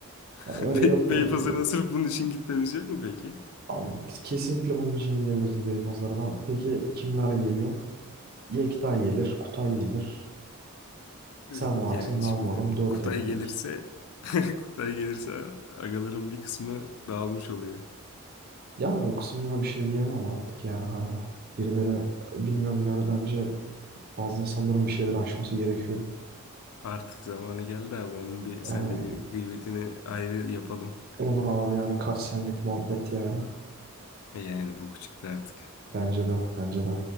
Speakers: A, on the left (about 80°); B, on the right (about 45°).
A: <laughs>
B: Yani
A: Bey,
B: öyle yatırırız
A: Beypazarı'na
B: böyle.
A: sırf bunun için gitmemiz yok mu peki?
B: Abi kesinlikle bunun için gidebiliriz Beypazarı'na. Peki kimler geliyor? Yekta gelir, Kutay gelir.
A: <laughs>
B: Sen varsın,
A: Yani
B: ben
A: şimdi
B: varım. Dört
A: Kutay
B: ettik.
A: gelirse <laughs> Kutay gelirse agaların bir kısmı dağılmış oluyor.
B: Yani o kısımda da bir şey diyemem artık yani. Hani birileri bilmiyorum yani bence bazı insanların bir şeyleri aşması gerekiyor.
A: Artık zamanı geldi abi. Onun bir
B: Yani
A: seninle bir gıybetini ayrı yapalım.
B: olur abi yani kaç senelik muhabbet yani.
A: Yani bu küçüktü artık.
B: Bence de, bence de.